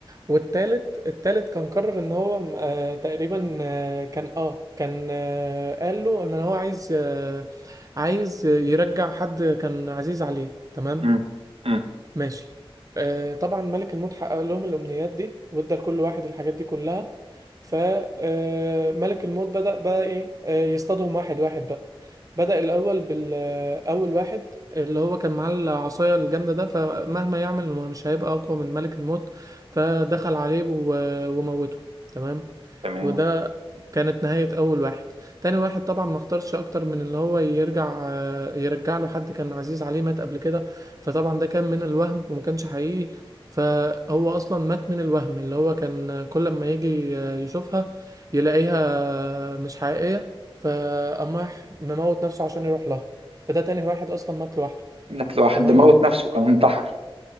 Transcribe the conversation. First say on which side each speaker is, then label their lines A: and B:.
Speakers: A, on the right; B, on the right.
A: والتالت التالت كان قرر ان هو آه تقريبا آه كان اه كان آه قال له ان هو عايز آه عايز يرجع حد كان عزيز عليه تمام
B: م- م.
A: ماشي آه طبعا ملك الموت حقق لهم الأمنيات دي وادى لكل واحد الحاجات دي كلها فملك الموت بدأ بقى إيه آه يصطادهم واحد واحد بقى بدأ الأول بالأول واحد اللي هو كان معاه العصاية الجامدة ده فمهما يعمل هو مش هيبقى أقوى من ملك الموت فدخل عليه و- وموته تمام
B: تمام
A: وده كانت نهاية أول واحد تاني واحد طبعا ما اختارش أكتر من اللي هو يرجع آه، يرجع له حد كان عزيز عليه مات قبل كده فطبعا ده كان من الوهم وما كانش حقيقي فهو اصلا مات من الوهم اللي هو كان كل ما يجي يشوفها يلاقيها مش حقيقية فقام راح مموت نفسه عشان يروح لها فده تاني واحد اصلا مات لوحده
B: مات لوحده
A: تمام
B: ده موت نفسه كان انتحر